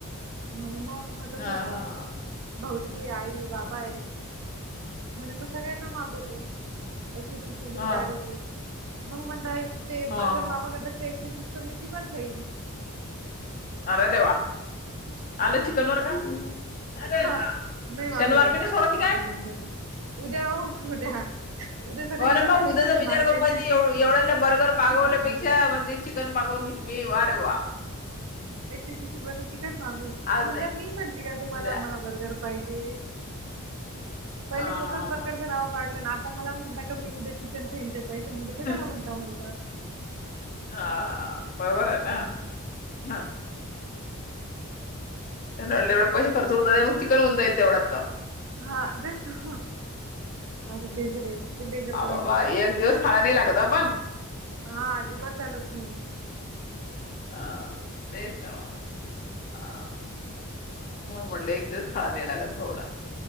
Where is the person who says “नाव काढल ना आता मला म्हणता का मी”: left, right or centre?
Right